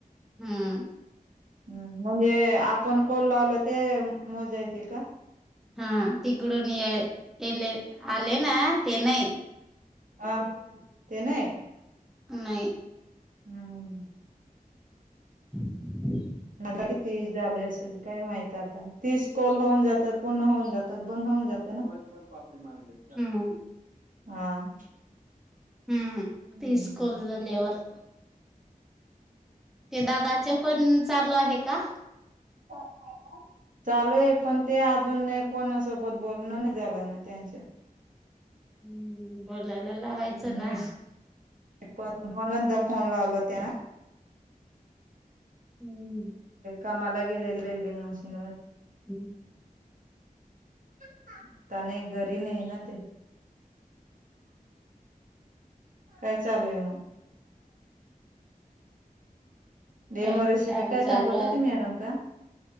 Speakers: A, in the centre; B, on the right.
A: हम्म.
B: हम् म्हणजे आपण कोल लावलं ते मोजायचे का?
A: हा तिकडून याय येले आले ना ते नाही.
B: अ ते न्हाय.
A: नाई
B: हम.
A: <inaudible>
B: मला किती झाले असेल काय माहित आता? तीस कॉल होऊन जातात पूर्ण होऊन जातात बंद होऊन जातं ना बनकर पापडी मागाली ए चा
A: हम्म
B: हा
A: हम्म
B: हम्म
A: तीस कॉल झाल्यावर ते दादाचे पण चालू आहे का?
B: चालू हाय का? चालू आये पण ते अजून नाय, कोणासोबत बोलण नाही झालं ना त्यांच्या
A: हम्म बोलायला लावायचं ना.
B: मी पण दोनदा फोन लावला हो त्या ना
A: हम्म.
B: कामाला गेलेले वेल्डिंग मशीन वर
A: हम्म.
B: जाताने घरी ने ना ते
A: <inaudible>
B: काय चालू हाय मग? डेमो
A: काय
B: रेसिपी
A: काम
B: काय
A: चालू
B: सांगत
A: आहे
B: होती मॅडम का?